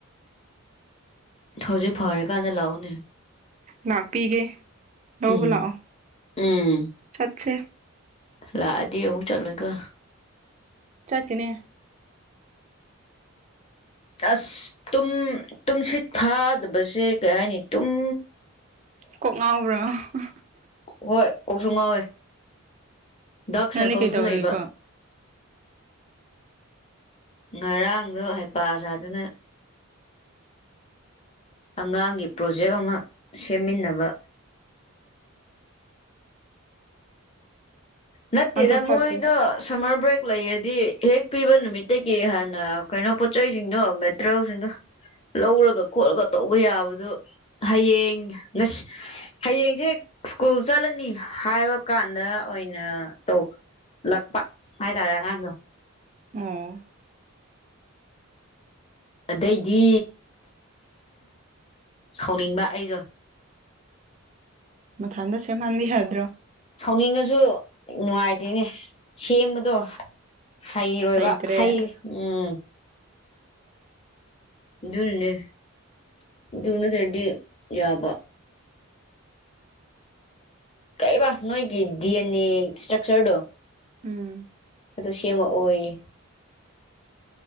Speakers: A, on the left; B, on the right.
A: ꯍꯧꯖꯤꯛ ꯐꯔꯀꯥꯟꯗ ꯂꯥꯛꯎꯅꯦ
B: ꯂꯥꯛꯄꯤꯒꯦ ꯂꯧꯕ
A: ꯎꯝ
B: ꯂꯥꯛꯑꯣ
A: ꯎꯝ
B: ꯆꯠꯁꯦ
A: ꯂꯥꯛꯑꯗꯤ ꯑꯃꯨꯛ ꯆꯠꯂꯣꯏꯀꯣ
B: ꯆꯠꯀꯅꯤ
A: ꯑꯁ ꯇꯨꯝ ꯇꯨꯝꯁꯤꯠ ꯐꯥꯗꯕꯁꯦ ꯀꯩ ꯍꯥꯏꯅꯤ ꯇꯨꯡ
B: ꯀꯣꯛ ꯉꯥꯎꯕ꯭ꯔꯣ ꯍ ꯍ
A: ꯍꯣꯏ ꯀꯣꯛꯁꯨ ꯉꯥꯎꯋꯦ ꯗꯥꯛ
B: ꯅꯪꯗꯤ
A: ꯁꯥꯔꯀꯜꯁꯨ
B: ꯀꯩꯗꯧꯔꯤꯕ
A: ꯂꯩꯕ ꯉꯔꯥꯡꯗꯨ ꯍꯩꯄꯥ ꯁꯥꯗꯅ ꯑꯉꯥꯡꯒꯤ ꯄ꯭ꯔꯣꯖꯦꯛ ꯑꯃ ꯁꯦꯝꯃꯤꯟꯅꯕ ꯅꯠꯇꯦꯗ
B: ꯑꯗꯨ ꯐꯠꯇ꯭ꯔꯦ
A: ꯃꯣꯏꯗꯣ ꯁꯝꯃꯔ ꯕ꯭ꯔꯦꯛ ꯂꯩꯔꯗꯤ ꯍꯦꯛ ꯄꯤꯕ ꯅꯨꯃꯤꯠꯇꯒꯤ ꯍꯥꯟꯅ ꯀꯩꯅꯣ ꯄꯣꯠꯆꯩꯁꯤꯡꯗꯣ ꯃꯦꯇꯔꯦꯜꯁꯤꯡꯗꯣ ꯂꯧꯔꯒ ꯈꯣꯠꯂꯒ ꯇꯧꯕ ꯌꯥꯕꯗꯣ ꯍꯌꯦꯡ ꯉꯁꯤ ꯍꯌꯦꯡꯖꯦ ꯁ꯭ꯀꯨꯜ ꯆꯠꯂꯅꯤ ꯍꯥꯏꯕꯀꯥꯟꯗ ꯑꯣꯏꯅ ꯅ ꯇꯧ ꯂꯛꯄ ꯍꯥꯏꯇꯥꯔꯦ ꯑꯉꯥꯡꯗꯣ
B: ꯑꯣ
A: ꯑꯗꯩꯗꯤ ꯁꯥꯎꯅꯤꯡꯕ ꯑꯩꯗꯣ
B: ꯃꯊꯟꯗ ꯁꯦꯝꯍꯟꯕꯤ ꯌꯥꯗ꯭ꯔꯣ
A: ꯁꯥꯎꯅꯤꯡꯉꯁꯨ ꯅꯨꯡꯉꯥꯏꯇꯦꯅꯦ ꯁꯦꯝꯕꯗꯣ ꯍꯩꯔꯣꯏꯕ
B: ꯍꯩꯇ꯭ꯔꯦ
A: ꯍꯩ ꯎꯝ ꯑꯗꯨꯅꯅꯦ ꯑꯗꯨ ꯅꯠꯇ꯭ꯔꯗꯤ ꯌꯥꯕ ꯀꯩꯕ ꯅꯣꯏꯒꯤ ꯗꯤ ꯑꯦꯟ ꯑꯦ ꯁꯇ꯭ꯔꯛꯆꯔꯗꯣ
B: ꯎꯝ
A: ꯑꯗꯨ ꯁꯦꯝꯃꯛꯑꯣꯌꯦ